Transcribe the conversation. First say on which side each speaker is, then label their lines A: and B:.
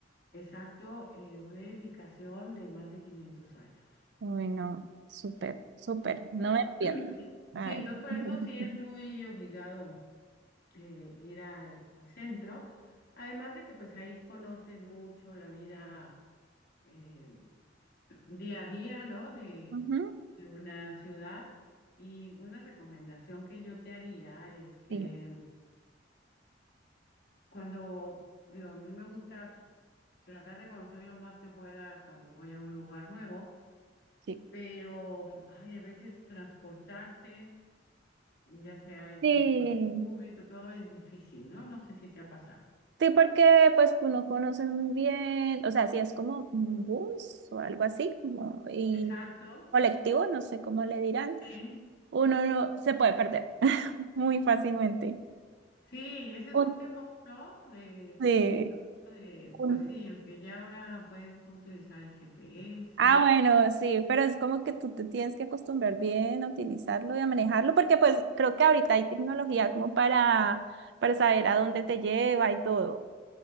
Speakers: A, on the left (about 55°); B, on the right (about 60°).
A: exacto eh, una edificación de más de 500 años.
B: Uy, no, súper, súper. No
A: <clears throat>
B: me pierdo. Ay.
A: Sí, entonces por
B: <laughs>
A: eso sí es muy obligado eh, ir al al centro, además de que pues ahí conoces mucho la vida. em, día a día, ¿no? De,
B: Ujú,
A: de una ciudad. Y una recomendación que yo te haría es que
B: Sí,
A: cuando, digo, a mí me gusta tratar de conocer lo más que pueda cuando voy a un lugar nuevo,
B: sí.
A: pero mm, ay, a veces transportarte, ya sea en
B: Sí.
A: transporte público, todo es difícil, ¿no? No sé si te ha pasado.
B: Sí, porque pues uno conoce muy bien, o sea, si es como un bus o algo así, como y
A: Exacto,
B: colectivo, no sé cómo le dirán,
A: sí.
B: uno no- se puede perder <laughs> muy fácilmente.
A: Sí, ese es
B: Un-
A: un temor, ¿no? De,
B: sí,
A: de- de-
B: un-
A: pues sí, aunque ya ahora puedes tú utilizar el GPS.
B: ah, bueno, sí, pero es como que tú te tienes que acostumbrar bien a utilizarlo y a manejarlo, porque pues creo que ahorita hay tecnología como para, para saber a dónde te lleva y todo.